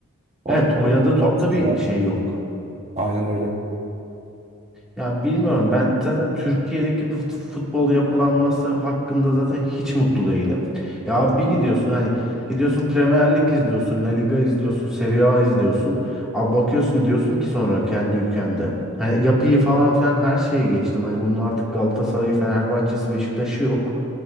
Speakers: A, on the right (about 30°); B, in the centre.
A: Onun
B: Evet
A: için
B: oynadığı
A: biraz
B: topta
A: tatsız
B: bir
A: yani.
B: şey yok.
A: Aynen öyle.
B: Ya bilmiyorum ben zaten Türkiye'deki fut- futbol yapılanması hakkında zaten hiç mutlu değilim. Ya bir gidiyorsun hani gidiyorsun Premier Lig izliyorsun, La Liga izliyorsun, Serie A izliyorsun. Abi bakıyorsun diyorsun ki sonra kendi ülkende. Hani yapıyı falan filan her şeyi geçtim. Hani bunun artık Galatasaray'ı, Fenerbahçe'si, Beşiktaş'ı yok.